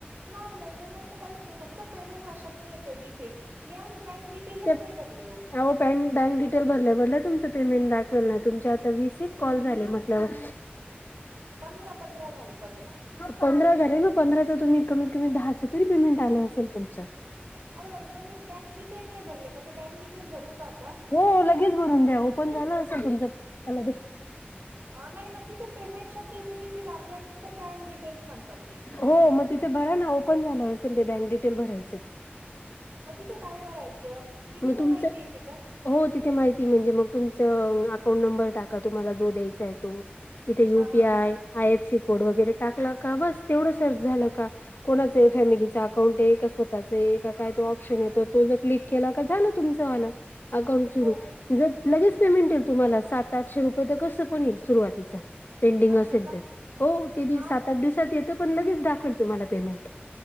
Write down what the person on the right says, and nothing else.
नाय नाय पेमेंट काहीच नाही फक्त पेमेंट हा शब्द येतोय तिथे मी आजुन बँक डी टेलचं
नाही भरले ओ
पंधरा पंधरा झाले पंधरा
अर बर पण मी बँक डिटेल नाही भरले मग ते बँक डिटेल भरू का आता
नाही मग तिथे पेमेंट शब्द येत तिथे दाबल्यानंतर बँक डिटेल्स म्हणतात ते
मग तिथे काय भरायचं तिथे
पण
माहिती येते का
हा हा हा
ह
ह
हो
असं
का
हा